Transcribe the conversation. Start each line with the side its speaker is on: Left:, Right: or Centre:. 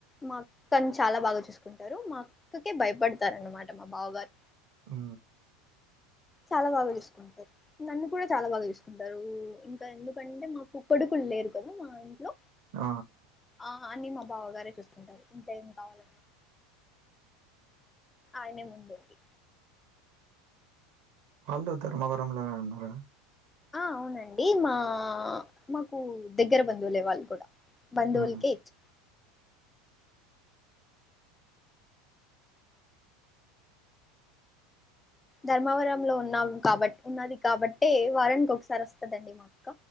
Left: మా అక్కని చాలా బాగా చూసుకుంటారు మా అక్కకే భయపడతారన్నమాట మా బావగారు
Right: ఆ
Left: చాలా బాగా చూసుకుంటారు నన్ను కూడా చాలా బాగా చూసుకుంటారు ఇంకా ఎందుకంటే మాకు కొడుకులు లేరు కదా మా ఇంట్లో
Right: ఆ
Left: ఆ అన్ని మా బావగారే చూస్తుంటారు ఇంకా ఏం కావాల ఆయనే ముందుండి
Right: వాళ్ళు ధర్మవరంలోనే ఉన్నార
Left: ఆ అవునండి మా మాకు దగ్గర బంధువులే వాళ్ళు కూడా బందోల్కే
Right: హ్మ్.
Left: ఇచ్ ధర్మవరం లో ఉన్నావు కాబట్ ఉన్నది కాబటె వారనికి ఒకసారి వస్తదండి మా మా అక్క